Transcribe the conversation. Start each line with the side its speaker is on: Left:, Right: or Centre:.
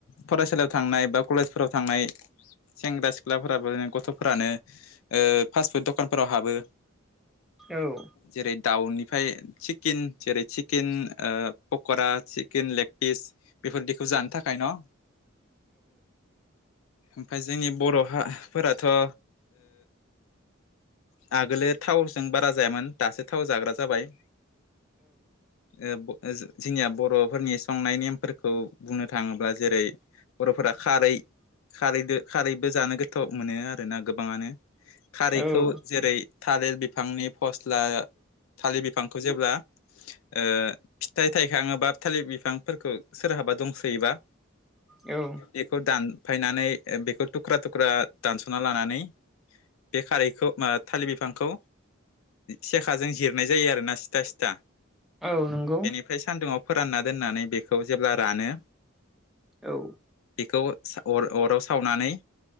Left: फरायसालियाव थांनाय बा कलेजफोराव थांनाय सेंग्रा सिख्लाफोराबो गथ'फोरानो ओ फास फुड दखान फोराव हाबो
Centre: औ
Left: जेरै दाउनिफ्राय सिकेन जेरै सिकेन ओ पक'रा सिकेन लेगपिस बेफोरदिखौ जानो थाखाय न' ओमफ्राय जोंनि बर' हा फोराथ' ओ आगोलै थावजों बारा जायामोन दासो थाव जाग्रा जाबाय ओ जोंनिया बर'फोरनि संनाय नेमफोरखौ बुंनो थाङोब्ला जेरै बर'फोरा खारै खारैदो खारैबो जानो गोथाव मोनो आरोना गोबाङानो खारैखौ
Centre: औ
Left: जेरै थालिर बिफांनि फस्ला थालिर बिफांखौ जेब्ला ओ फिथाइ थाइखाङोबा थालिर बिफांफोरखौ सोरहाबा दंसोयोबा
Centre: औ
Left: बेखौ दानफायनानै बेखौ थुख्रा थुख्रा दानस'ना लानानै बे खारैखौ मा थालिर बिफांखौ सेखाजों जिरनाय जायो आरोना सिथा सिथा
Centre: औ नंगौ
Left: ओमफ्राय सान्दुुंआव फोरानना दोननानै बेखौ जेब्ला रानो
Centre: औ
Left: बेखौ अर अराव सावनानै